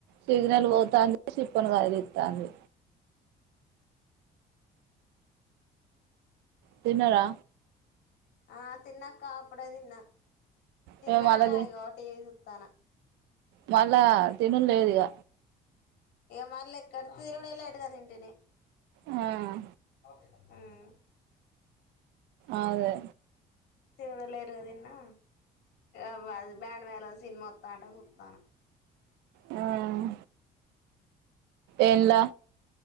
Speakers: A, on the right; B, on the left.
A: సిగ్నల్ పోతాందీ సిప్ న కదిలిస్తాంది. తిన్నరా
B: ఆ తిన్నాక్కా అప్పుడే దిన్నా. చిన్నా
A: మేము మళ్ళ తి
B: ఇగో టీ ఈద్ తనా
A: మళ్ళా తినుడు లేదు ఇగ
B: ఇగ మల్లే ఎక్కడిది తినుడే లేట్ గా తింటిని
A: హ్మ్
B: హ్మ్
A: ఆదే
B: తినడు లేటుగా తిన్నా ఆ బ బ్యాండ్ మేళం సినిమొత్తంటే సూత్తన
A: హ్మ్ ఏల్ల